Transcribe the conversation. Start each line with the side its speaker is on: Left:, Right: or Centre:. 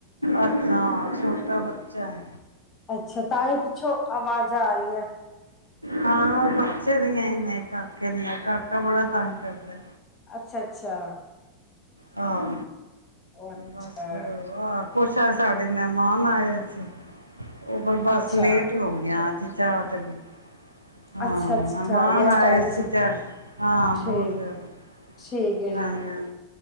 Right: ਅੱਛਾ, ਛੋਟਾ ਬੱਚਾ ਐ।
Left: ਅੱਛਾ, ਤਾਂਹੀ ਪਿੱਛੋਂ ਆਵਾਜ਼ਾਂ ਆ ਰਹੀਆਂ।
Right: ਹਾਂ ਉਹ ਬੱਚੇ ਦੀਆਂ ਹੀ ਨੇ ਕਾਕੇ ਦੀਆਂ, ਕਾਕਾ ਬੜਾ ਤੰਗ ਕਰਦਾ ਐ।
Left: ਅੱਛਾ- ਅੱਛਾ।
Right: ਹਾਂ।
Left: ਅੱਛਾ,
Right: ਬਸ ਫਿਰ ਉਹ ਆਹ, ਕੁਛ ਅੱਜ ਸਾਡੇ ਮਹਿਮਾਨ ਆਏ ਸੀ। ਉਹ ਪਰ ਬਸ
Left: ਅੱਛਾ,
Right: ਲੇਟ ਹੀ ਹੋ ਗਿਆ, ਅੱਜ ਚਾਹ ਤੇ ਵੀ। ਹਾਂ
Left: ਅੱਛਾ, ਅੱਛਾ
Right: ਮਹਿਮਾਨ
Left: ਗੈਸਟ
Right: ਆਏ
Left: ਦੇ
Right: ਸੀ, ਤੇ ਅੱਜ ਹਾਂ
Left: ਠੀਕ,
Right: ਬਹੁਤ ਜਿਆਦਾ।
Left: ਠੀਕ ਏ।
Right: ਹਾਂਜੀ ਹਾਂ,